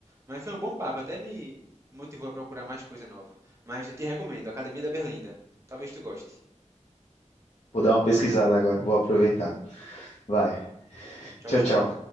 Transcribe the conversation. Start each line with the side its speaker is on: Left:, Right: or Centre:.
Right: Mas foi um bom papo, até me motivou a procurar mais coisa nova. Mas eu te recomendo, Academia da Berlinda. Talvez tu goste.
Left: Vou dar uma pesquisada agora, vou aproveitar. Vai.
Right: Tchau,
Left: Tchau,
Right: tchau.
Left: tchau.